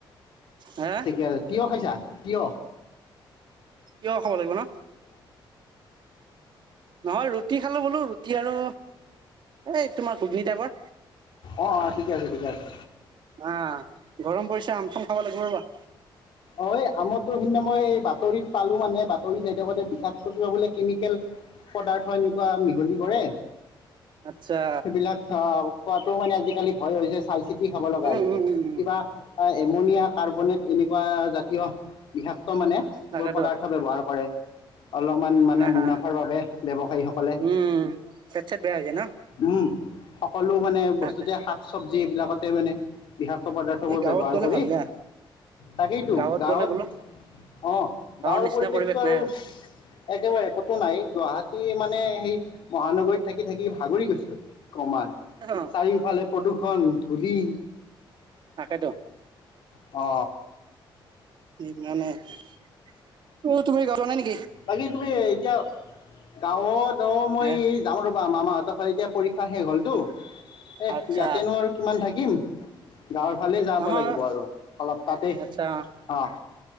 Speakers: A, on the right; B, on the left.
A: হা
B: ঠিকে আছে তিয়ঁহ খাইছা। কিয়?
A: তিয়ঁহ খাব লাগিব না নহয় ৰ'দ। ৰুটি খালো বোলো ৰুটি, আৰু এই তোমাৰ কুধিত কেতিয়াবা।
B: অ অ ঠিকে আছে ঠিকে আছে।
A: অহ গৰম পৰিছে আম চাম খাব লাগিব ৰবা।
B: অ আমতো সেইদিনা মই বাতৰিত পালো মানে বাতৰি চাই থাকোতে বিষাক্ত কিবা বোলে কেমিকেল পদাৰ্থ এনেকুৱা মিহলি কৰে।
A: আচ্ছা
B: সেইবিলাক খোৱাতটো মানে আজিকালি ভয় হৈছে। চাইচিত। কি খাব লগা
A: উম
B: হৈছে
A: উম উম উম
B: কিবা। এমনিয়া কাৰ্বনেট এনেক। কুৱা জাতীয়। বিষাক্ত মানে এইবোৰ
A: তাকেতো
B: পদাৰ্থ ব্যৱহাৰ কৰে। অলপমান মানে
A: হা
B: মুনাফাৰ
A: হা
B: ল'লে ব্যৱসায়ীসকলে
A: উম পেট চেট বেয়া হৈ যায় ন
B: উম। সকলো মানে
A: তাকে
B: বস্তুতে শাক চবজি এইবিলাকতে মানে। বিষাক্ত পদাৰ্থবোৰ
A: এই গাঁৱত
B: ব্যৱহাৰ
A: গ'লে
B: কৰি
A: ভাল দিয়া
B: তাকেইতো
A: গাঁৱত
B: গাঁৱত
A: গ'লে বোলো
B: অ গাঁৱৰ
A: নিচিনা
B: পৰিৱেশতটো
A: পৰিৱেশ
B: আৰু
A: নাই
B: একেবাৰে একতো নাই গুৱাহাটী মানে সেই মহানগৰীত থাকি থাকি ভাগৰি গৈছো আৰু কমাই
A: আৰু অ
B: চাৰিওফালে প্ৰদূষণ ধূলি
A: তাকেটো
B: অ
A: কি মানে তুৰ এই গ জ যোৱা নাই নেকি?
B: বাকী তুমি এতিয়া গাঁৱত অ মই
A: হে
B: যাওঁ ৰবা মামাহঁতৰ ফালে এতিয়া পৰীক্ষা পৰীক্ষা শেষ হ'লতো এ
A: আচ্ছা
B: ইয়াতেনো আৰু কিমান থাকিম দিম গাঁৱৰ ফালে যাব
A: মামা
B: লাগিব আৰু অলপ তাতেই
A: আচ্ছা
B: অ